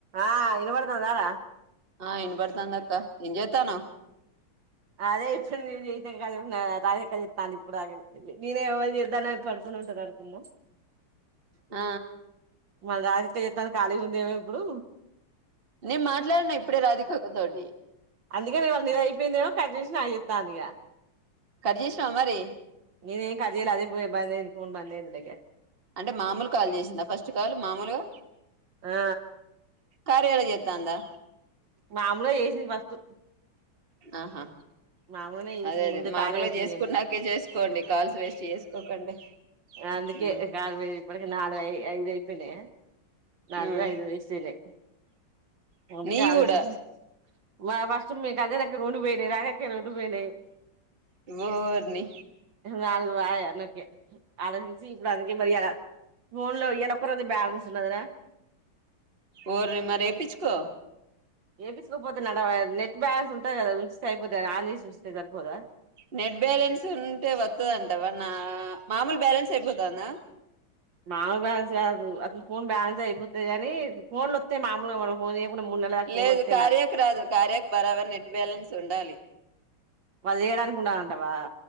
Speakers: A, on the right; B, on the right.
A: ఆ వినపడుతుందర
B: ఆ వినబడుతుంది అక్క అంజీతనావ్
A: అదే ఇప్పుడు నువవు చేతాం క రాగక్క చెప్ాను ఇప్పుడు నేనే ఎవరు చేద్దానడు అడుకునే ఉంటారు అనుకున్నా
B: ఆ
A: మన రాధిక ఖాళీగా ఉందేమో ఇప్పుడు
B: నేను మాట్లాడిన అప్పుడే రాధిక అక్క తోటి
A: అందుకే నివాళ నీది అయిపోయిందేమో కట్ చేసి నాకు చేస్తాంది ఇగ
B: కట్ చేసినావా మరి
A: నేనెమ్ కట్ జేయాల అదే ఫోన్ బంధాయింది ఫోన్ బంధాయింది <unintelligible>
B: అంటే మామూలు కాల్ చేసిందా ఫస్ట్ కాల్ మామొలగా
A: ఆ
B: కార్యాలో చేతాందా
A: మామొలే చేసిది వర్క్
B: ఆహా
A: మామూలుగానే చేసింది
B: అదే అదే
A: ముందు
B: మామొలుగ
A: కార్య ఓపెన్
B: చేసుకున్నాకే
A: చేయమని
B: చేసుకోండి కాల్స్ వేస్ట్ చేసుకో చేసుకోకండి
A: అందుకే
B: ఉమ్
A: కాల్స్ ఇప్పడికి నాలుగు అయినాయి ఐదు అయిపోయినాయ నాలుగు
B: ఉమ్
A: ఐదో వెస్ట్ అయినాయి అందుకే
B: నీయి
A: అలోచించి
B: కూడా
A: మా ఫస్ట్ మీ కళ్యానక్క వి రొండు పోయినాయి రాద అక్క వి రొండు పోయినాయి
B: ఓరిని
A: నాలుగు పాయె నాకే ఆలోచించి ఇప్పుడు అడుగు వెయ్యాల ఫోన్ లో ఇయ్యాల ఒక్క రోజె బ్యాలెన్స్ ఉన్నా కదా
B: ఓరి మరి ఏపిచ్చుకో
A: ఏపిచ్చుకోకపోతే నడ నెట్ బ్యాలన్స్ ఉంటాది. కదా ఉంచితే అయిపోతది అది ఆన్ చేసి ఉంచితే సరిపోదా.
B: నెట్ బ్యాలెన్స్ ఉంటే వత్తదంటావా నా మామూలు బ్యాలెన్స్ అయిపోతుందా
A: మామల బ్యాలెన్స్ గాదు అస్సలు ఫోన్ బ్యాలెన్స్ అయిపోతాదిగానీ ఫోన్ లు వత్తే మామొలుగ మనం ఫోన్ చేయకుండా మూడు నెలల దాకా
B: లేదు
A: ఫోన్లు వత్తయి
B: కార్యాకు
A: నాకు
B: రాదు కార్యాకు బరాబర్ నెట్ బ్యాలెన్స్ ఉండాలి
A: వాళ్ళు చేయడానికి ఉండాలంటవా